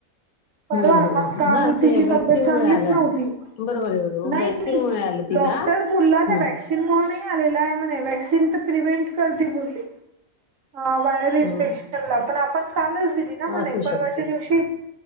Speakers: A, on the right (about 65°); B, on the left (about 80°).
A: परवा.
B: हम्म हम्म
A: पण काल,
B: हा
A: तिची
B: ते व्हॅक्सिन
A: तब्येत चांगलीच
B: मुळे आला
A: नव्हती.
B: बरोबर आहे बरोबर
A: नाही-नाही,
B: व्हॅक्सिन मुळे आलं तिला
A: डॉक्टर बोलला
B: हम्म
A: त्या वॅ क्सिन मुळे नाही आलेला आहे म्हणे, वॅक्सिन तर प्रिव्हेंट करते बोलली. हा व्हायरल इन्फेक्शनला.
B: हम्म
A: पण आपण कालच दिली ना म्हणे,
B: असू
A: परवाच्या
B: शकते
A: दिवशी.